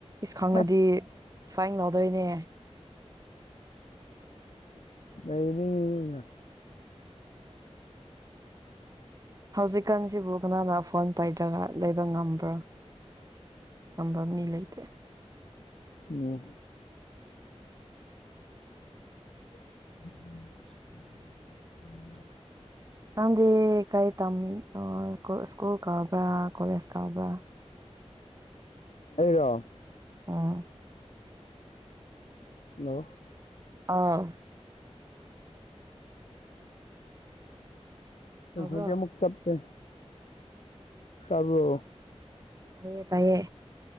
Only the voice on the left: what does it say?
ꯑꯁ
ꯑꯩ ꯑ
ꯑꯣ ꯎ
ꯑꯩꯗ
ꯍ
ꯈꯣꯏꯁꯦꯃꯨꯛ ꯆꯞꯦ ꯇꯔꯕ